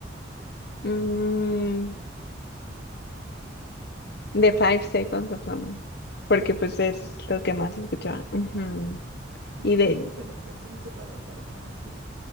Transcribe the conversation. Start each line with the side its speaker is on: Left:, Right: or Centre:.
Left: mm, The Five Seconds of Summer, porque pues
Right: Ujú,
Left: es
Right: ujú.
Left: lo que más escuchaba. Ujú.
Right: Sí,
Left: Y de,
Right: justo pen- pensé en eso para, para, para ti.